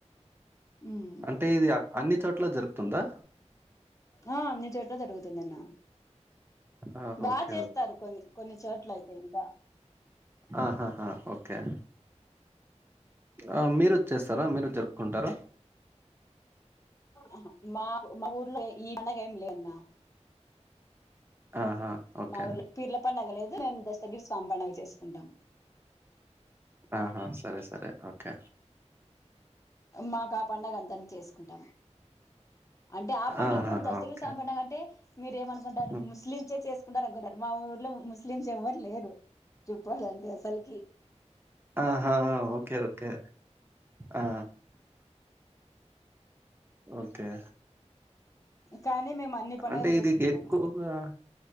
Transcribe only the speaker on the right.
అంటే ఇద్య అన్ని చోట్ల జరుప్తుందా
ఆ!
ఓకే.
అహాహా ఓకే అ మీరు చ్చేస్తారా మీరు జర్పుకుంటారా
ఆహా! ఓకే.
ఆహా సరే సరే ఓకే
ఆహాహా!
ఓకే.
హ్మ్.
ఆహా ఓకే ఓకే అ ఓకే
అంటే
ఇది గెక్కువ్ గా